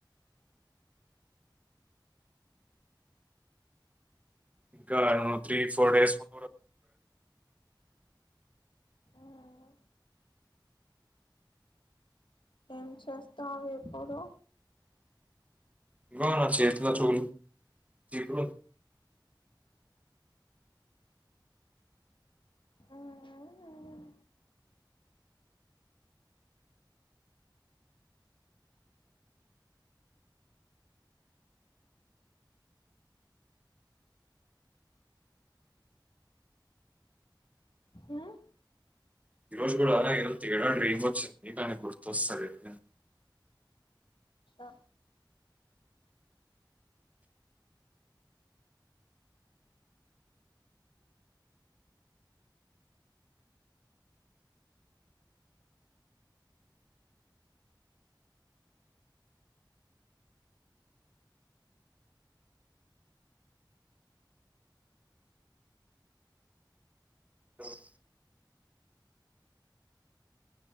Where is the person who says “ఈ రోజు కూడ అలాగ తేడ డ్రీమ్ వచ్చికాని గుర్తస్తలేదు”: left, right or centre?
Right